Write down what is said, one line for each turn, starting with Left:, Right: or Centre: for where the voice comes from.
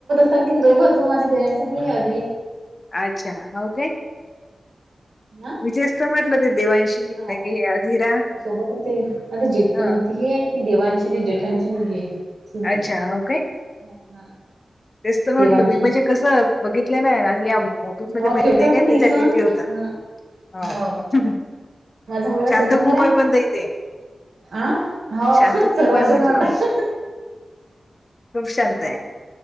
Right: आणखीन दोघं माझ्या बहिणीचा मुलगा आहे आद्वईक.
Left: अच्छा हो काय.
Right: हा
Left: विशेषत म्हटलं, ते देवांशी
Right: हा.
Left: लगे हे अधिरा
Right: सोबत आणि ते जेठ
Left: हां,
Right: अं ते हे आहेत. ती देवांशी ती जेठानिची मुलगी आहे. सुद्या
Left: अच्छा हो काय?
Right: हा हा
Left: तेच तर म्हंटल
Right: देवांशी
Left: मी म्हणजे कसं बघितले का <unintelligible> ऑफिसमध्ये
Right: हो खेळतात
Left: <unintelligible> काय
Right: ना ते
Left: त्यासाठी
Right: इथं
Left: पी होता.
Right: ह
Left: होका.
Right: हो माझा मुलगा
Left: शांत
Right: सेकंडला
Left: खुप आहे पण ताई ते.
Right: आ हो
Left: शांत
Right: सर्व
Left: खूप आहे
Right: असेच
Left: म्हटलं.
Right: म्हणतात
Left: खूप शांत
Right: हो
Left: आहे.